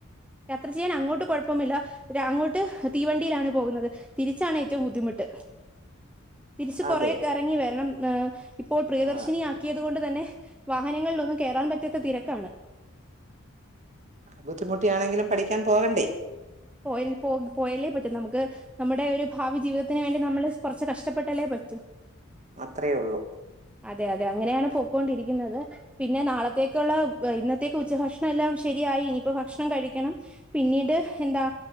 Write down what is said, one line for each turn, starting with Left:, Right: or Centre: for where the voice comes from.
Centre: യാത്ര ചെയ്യാൻ അങ്ങോട്ട് കുഴപ്പമില്ല ഒരു അങ്ങോട്ട് തീവണ്ടിയിലാണ് പോകുന്നത് തിരിച്ചാണ് ഏറ്റവും ബുദ്ധിമുട്ട് തിരിച്ച് കുറേക്കെ
Right: അതെ
Centre: ഇറങ്ങി വരണം ഏഹ് ഇപ്പോൾ പ്രിയദർശിനിയാ
Right: ആ
Centre: ക്കിയത്കൊണ്ട് തന്നെ വാഹനങ്ങളിലൊന്നും കേറാൻ പറ്റാത്ത തിരക്കാണ്
Right: ബുദ്ധിമുട്ടിയാണെങ്കിലും പഠിക്കാൻ പോകണ്ടേ?
Centre: പോയൽ പോ പോയലേ പറ്റു നമുക്ക് നമ്മുടെ ഒരു ഭാവി ജീവിതത്തിന് വേണ്ടി നമ്മള് കുറച്ച് കഷ്ടപ്പെട്ടലേ പറ്റൂ
Right: അത്രേയുള്ളൂ
Centre: അതെ അതെ അങ്ങനെയാണ് പൊക്കൊണ്ടിരിക്കുന്നത് പിന്നെ നാളത്തേക്കുള്ള ഇന്നത്തേക്ക് ഉച്ച ഭക്ഷണം എല്ലാം ശരിയായി ഇനിയിപ്പോ ഭക്ഷണം കഴിക്കണം പിന്നീട് എന്താ